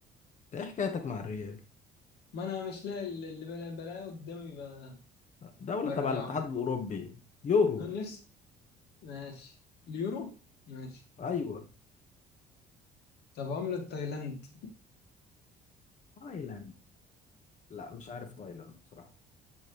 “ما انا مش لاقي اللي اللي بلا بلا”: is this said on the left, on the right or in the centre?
Left